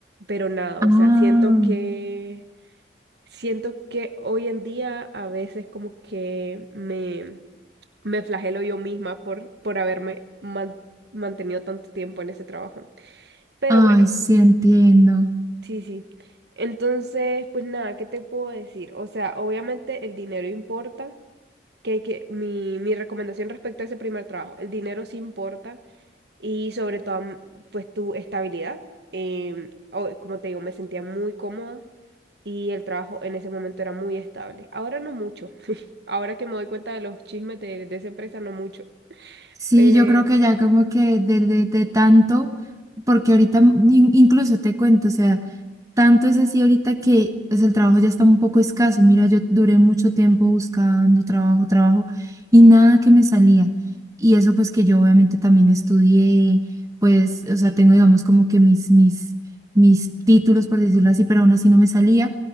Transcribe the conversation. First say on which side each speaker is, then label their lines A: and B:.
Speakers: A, on the right; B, on the right.
A: pero nada,
B: Ah,
A: o sea, siento que, siento que hoy en día a veces como que me me flagelo yo misma por, por haberme man- mantenido tanto tiempo en ese trabajo. Pero
B: ay,
A: bueno,
B: sí entiendo.
A: sí, sí. Entonces, pues nada, ¿qué te puedo decir? O sea, obviamente el dinero importa. Que, que mi, mi recomendación respecto a ese primer trabajo, el dinero sí importa y sobre todo, mm, pues tu estabilidad. Em, o- como te digo, me sentía muy cómoda y el trabajo en ese momento era muy estable. Ahora no mucho. <laughs> Ahora que me doy cuenta de los chismes de, de esa empresa, no mucho.
B: Sí,
A: Pero...
B: yo creo que ya como que de, de, de tanto, porque ahorita in- incluso te cuento, o sea, Tanto es así ahorita que pues, el trabajo ya está un poco escaso. Mira, yo duré mucho tiempo buscando trabajo, trabajo y nada que me salía. Y eso pues que yo obviamente también estudié, pues, o sea, tengo digamos como que mis, mis, mis títulos, por decirlo así, pero aún así no me salía.